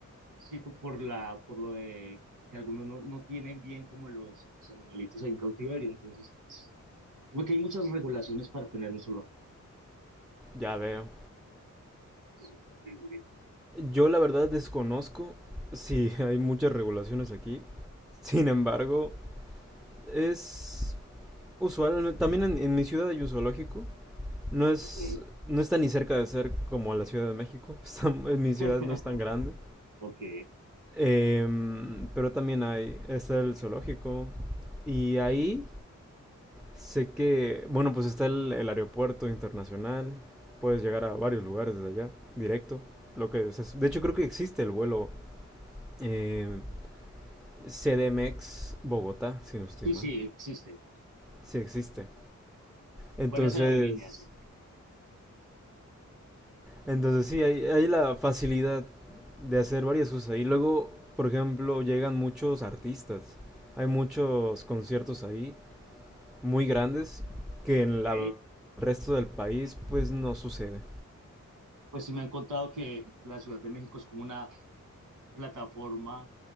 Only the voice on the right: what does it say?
Sí, co- por la, por lo de que algunos no, no tienen bien como los, los animalitos ahí en cautiverio, entonces, pues, como que hay muchas regulaciones para tener un solo.
Eso está terrible.
Ok.
<laughs>
Ok.
Sí,
sí, existe.
Varias aerolíneas, sí.
Ok.
Pues sí me han contado que la Ciudad de México es como una plataforma